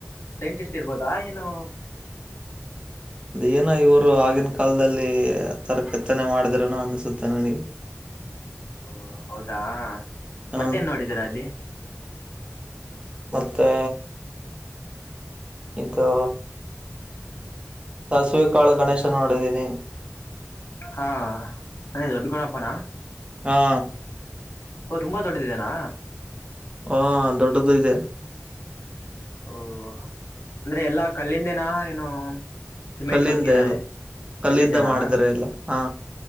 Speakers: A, on the left (about 65°); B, on the right (about 25°).
A: ಸೈಂಟಿಸ್ಟ್ ಇರ್ಬೋದಾ ಏನೋ
B: ಅದ ಏನ್ ಇವರು ಆಗಿನ ಕಾಲದಲ್ಲಿ ಆ ತರಾ ಕೆತ್ತನೆ ಮಾಡಿದ್ರನೂ ಅನಸುತ್ತೆ ನನಗೆ
A: ಓ ಹೌದಾ
B: ಹಾ
A: ಮತ್ತೇನ್ ನೋಡಿದ್ದೀರಾ ಅಲ್ಲಿ
B: ಮತ್ತೆ ಇದು ಸಾಸಿವಿಕಾಳು ಗಣೇಶ ನೋಡಿದೀನಿ
A: ಹಾ ಅದೇ ದೊಡ್ಡ ಗಣಪನಾ
B: ಹಾ
A: ಓ ತುಂಬಾ ದೊಡ್ಡದಿದೆನಾ
B: ಓ ದೊಡ್ಡದು ಇದೆ.
A: ಓ ಅಂದ್ರೆ ಎಲ್ಲಾ ಕಲ್ಲಿಂದೇನಾ ಏನು ಸಿಮೆಂಟ್
B: ಕಲ್ಲಿಂದ
A: ವರ್ಕ್ ಏನಾರ
B: ಎಲ್ಲಾ ಕಲ್ಲಿಂದ
A: ಕಲ್ಲಿಂದೇನಾ
B: ಮಾಡಿದ್ರ ಎಲ್ಲಾ ಹಾ